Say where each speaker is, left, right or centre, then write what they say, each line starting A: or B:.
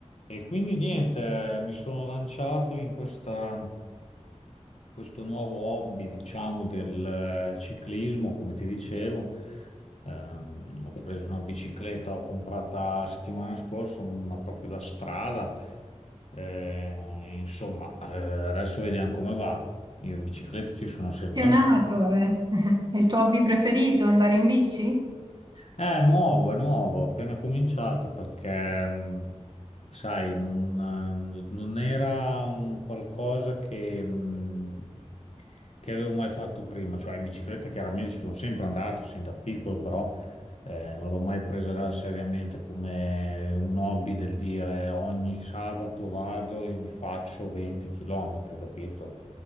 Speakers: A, on the left (about 65°); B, on the right (about 35°).
A: E quindi niente, mi sono lanciato in questa- questo nuovo hobby, diciamo, del eh, ciclismo, come ti dicevo. Ehm, ho preso una bicicletta, ho comprata settimana scorsa, una proprio da strada. Eh, insomma, eh, adesso vediamo come va. Io in bicicletta ci sono sempre
B: Appassionato,
A: andato.
B: eh. <laughs> È il tuo hobby preferito, andare in bici?
A: Eh, È nuovo, è nuovo, ho appena cominciato perché, mh, sai, non, eh, non era un qualcosa che, mh, che avevo mai fatto prima. Cioè, in bicicletta chiaramente ci sono sempre andato, sin da piccolo, però eh, non l'ho mai presa seriamente come un hobby del dire ogni sabato vado e mi faccio 20 km, capito?